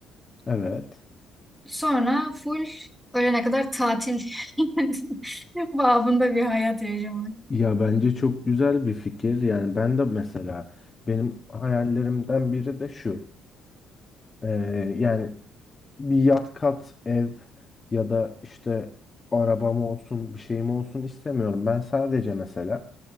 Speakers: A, on the left; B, in the centre.
A: Evet.
B: Sonra full ölene kadar tatil <laughs> babında bir hayat yaşamak.
A: Ya bence çok güzel bir fikir. Yani ben de mesela benim hayallerimden biri de şu. Ee, yani bir yat kat ev ya da işte arabam olsun bir şeyim olsun istemiyorum. Ben sadece mesela